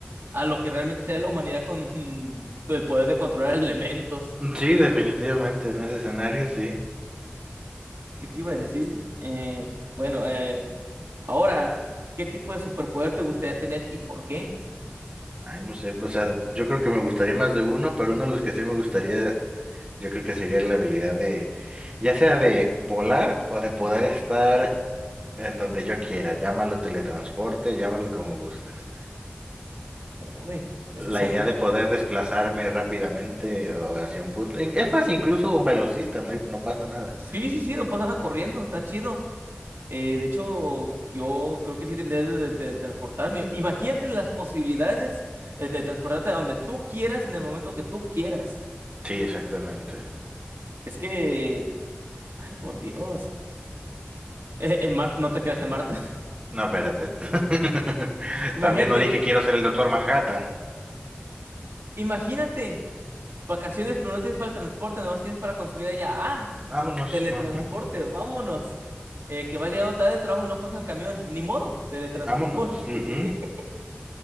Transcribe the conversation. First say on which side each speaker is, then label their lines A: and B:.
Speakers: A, on the right (about 85°); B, on the right (about 30°).
A: a lo que realmente sea la humanidad con <laughs> mm, el poder de controlar elementos.
B: Sí, definitivamente, en ese escenario, sí.
A: ¿Qué te iba a decir? Eh, bueno, eh, ahora, ¿qué tipo de superpoder te gustaría tener y por qué?
B: Ay, no sé, o sea, yo creo que me gustaría más de uno, pero uno de los que sí me gustaría, yo creo que sería la habilidad de, ya sea de volar o de poder estar en donde yo quiera, llámalo teletransporte, llámalo como gustes.
A: Uy, es
B: La
A: que son...
B: idea de poder desplazarme rápidamente o hacia un punto, in- es más, incluso velocista, no, hay- no pasa nada.
A: Sí, sí, sí, no pasa nada corriendo, está chido. Eh, de hecho, yo creo que sí tendría de, de- transportarme. Imagínate las posibilidades de, de transportarte a donde tú quieras en el momento que tú quieras.
B: Sí, exactamente.
A: Es que, ay, por Dios. Eh, en Marte, no te creas en Marte. <laughs>
B: No, espérate. <laughs>
A: Imagínate,
B: También no dije quiero ser el doctor Manhattan.
A: imagínate, vacaciones, pero no tienes para el transporte, nomás tienes para consumir allá. Ah,
B: Vámonos,
A: teletransporte,
B: ajá,
A: vámonos. Eh, que vas llegando tarde del trabajo y no pasa el camión. Ni modo, teletransporte.
B: Vámonos. ujú.
A: <laughs>